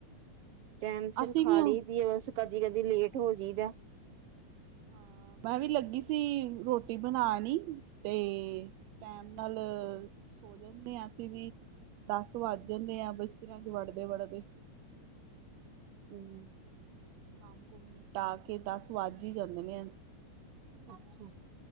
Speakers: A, on the right (about 60°); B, on the right (about 80°).
A: ਟਾਈਮ ਸਿਰ
B: ਅਸੀਂ
A: ਖਾ
B: ਵੀ ਹਾਂ
A: ਲਈ ਦੀ ਹੈ ।ਬਸ, ਕਦੀ -ਕਦੀ ਲੇਟ ਹੋ ਜਈਦਾ।
B: ਹਾਂ। ਮੈਂ ਵੀ ਲੱਗੀ ਸੀ ਰੋਟੀ ਬਣਾਉਣ ਈ ਤੇ ਟੈਮ ਨਾਲ ਸੋੰ ਜਾਂਦੇ ਹਾਂ, ਅਸੀਂ ਵੀ ।ਦੱਸ ਵੱਜ ਜਾਂਦੇ ਹੈ, ਬਿਸਤਰਿਆਂ ਚ ਵੜਦੇ- ਵੜਦੇ। ।।। <unintelligible>
A: ਹਮ।
B: ਕੰਮ- ਕੁਮ, ਨਿਪਟਾ ਕੇ ਦਸ ਵੱਜ ਹੀ ਜਾਂਦੇ ਆ।
A: ਅੱਛਾ